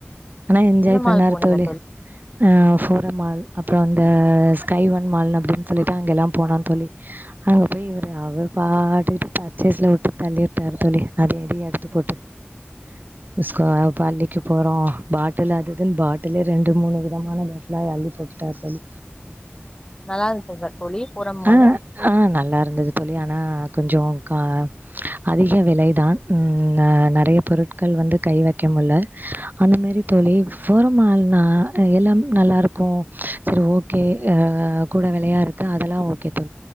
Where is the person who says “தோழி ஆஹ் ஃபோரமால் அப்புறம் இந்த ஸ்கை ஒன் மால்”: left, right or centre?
Right